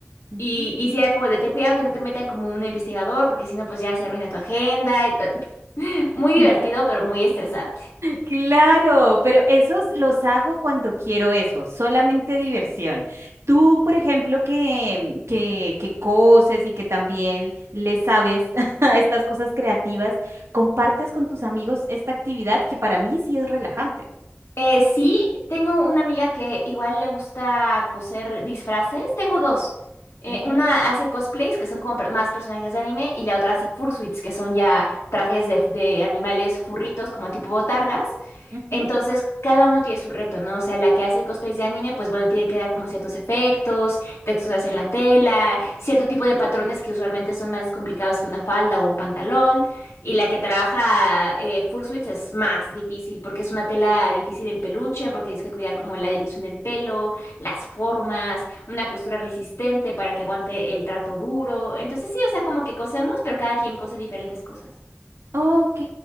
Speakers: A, on the right; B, on the left.
A: Ujú.
B: Y, y si era como de ten cuidado que no te metan como un investigador, porque si no, pues ya se arruina tu agenda. y ta- <laughs> Muy divertido,
A: <laughs>
B: pero muy estresante.
A: Claro, pero esos los hago cuando quiero eso, solamente diversión. Tú, por ejemplo, que, que, que coses y que también le sabes <laughs> a estas cosas creativas, compartes con tus amigos esta actividad que para mí sí es relajante.
B: Eh, sí, tengo una amiga que igual le gusta coser disfraces. Tengo dos. Eh,
A: Ujú,
B: una hace cosplays, que son como per- más personajes de anime, y la otra hace fursuits, que son ya trajes de, de animales furritos, como tipo botargas.
A: ujú.
B: Entonces, cada uno tiene su reto, ¿no? O sea, la que hace cosplays de anime, pues bueno, tiene que dar como ciertos efectos, texturas en la tela, cierto tipo de patrones que usualmente son más complicados que una falda o un pantalón. Y la que trabaja eh, fursuits es más difícil porque es una tela difícil del peluche, porque tienes que cuidar como la dirección del pelo, las formas, una costura resistente para que aguante el trato duro. Entonces, sí, o sea, como que cosemos, pero cada quien cose diferentes cosas.
A: Ok,